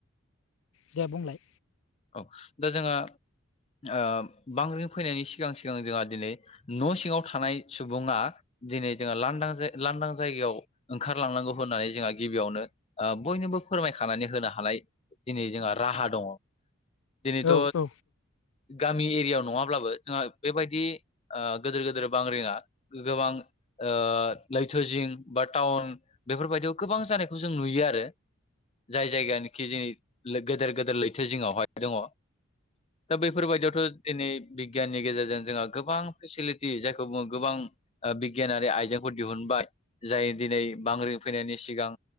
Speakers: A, on the left; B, on the left.
A: दे बुंलाय
B: औ दा जोंहा ओ बांग्रिं फैनायनि सिगां सिगां जोंहा दिनै न' सिङाव थानाय सुबुङा दिनै जोंहा लांदां जा लांदां जायगायाव ओंखारलांनांगौ होननानै जोंहा गिबियावनो बयनोबो फोरमायखानानै होनो हानाय दिनै जोंहा राहा दङ। दिनैथ'
A: औ औ
B: गामि एरियायाव नङाब्लाबो जोंहा बेबायदि ओ गोदेर- गोेदेर बांग्रिंया गोबां ओ लैथोजिं बा टाउन बेफोरबायदियाव गोबां जानायखौ जों नुयो आरो। जाय जायगायानोखि जोंनि गेदेर- गेदेर लैथो जिङावहाय दङ। दा बेफोरबायदियावथ' दिनै बिगियाननि गेजेरजों जोंहा गोबां फेसिलिटि जायखौ बुङो गोबां बिगियानारि आइजेंफोर दिहुनबाय जाय दिनै बांग्रिं फैनायनि सिगां